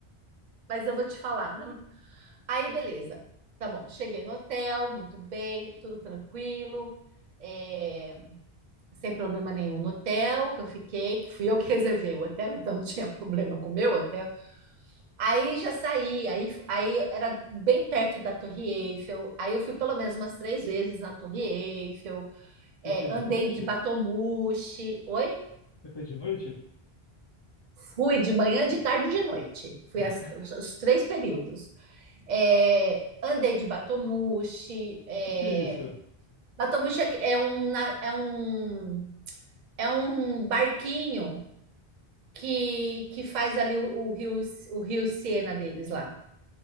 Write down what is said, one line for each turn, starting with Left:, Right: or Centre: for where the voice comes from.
Right: mas eu vou te falar, não Aí, beleza. Tá bom, cheguei no hotel, muito bem, tudo tranquilo, é, sem problema nenhum no hotel que eu fiquei, que fui eu que <laughs> reservei o hotel, então não tinha problema com o meu hotel. Aí já saí, aí, aí era bem perto da Torre Eiffel, aí eu fui pelo menos umas três vezes na Torre Eiffel,
Left: Você
Right: é,
Left: foi de
Right: andei
Left: noite?
Right: de Batomushi, oi?
Left: Você foi de noite?
Right: Fui de manhã, de tarde e de noite. Fui
Left: <laughs>
Right: as- os, os três períodos. É, andei de Batomushi, é,
Left: Que que é isso?
Right: Batomuxi é um, na- é um, é um barquinho que, que faz ali o, o rio, o rio Siena deles lá,